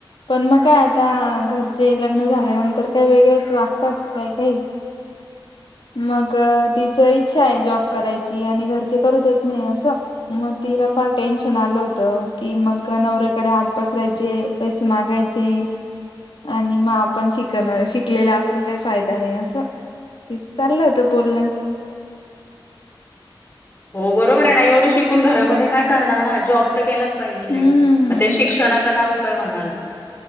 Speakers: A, on the left; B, on the left.
A: पण मग काय आता घरचे लग्न झाल्यानंतर काय वेगळेच वागतात काय काही <inaudible> मग तिच इच्छा आहे जॉब करायची आणि घरची करू देत नाही अस मग तिला फार टेन्शन आलं होत की मग नवऱ्याकडे हात पसरायचे पैसे मागायचे आणि मग आपण शिकण शिकलेला असून काही फायदा नाही असं हे चाललं होत बोलणं
B: हो बरोबर आहे ना एवढं शिक घरा काय करणार जॉब केलाच पाहिजेग
A: हम्म.
B: शषणा काय काय होणार